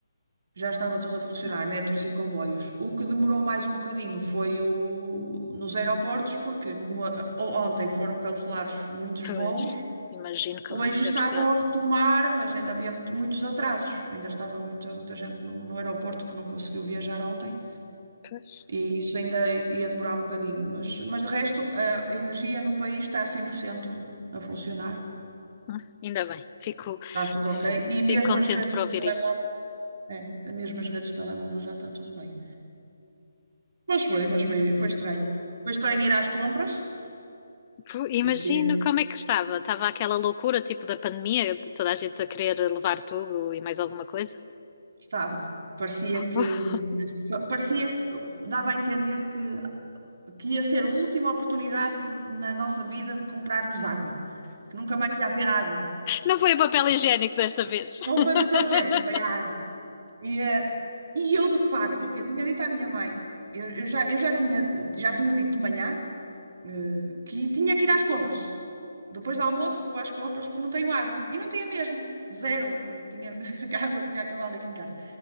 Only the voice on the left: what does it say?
Ah,
pois.
Imagino como
é que
deve estar.
Pois.
Ah, Ainda bem, fico,
fico
contente
por ouvir
isso.
Pu-
Imagino como é que estava. Estava aquela loucura tipo da pandemia, de toda a gente a querer levar tudo e mais alguma coisa.
<laughs>
Não foi o papel higiênico desta vez. <laughs>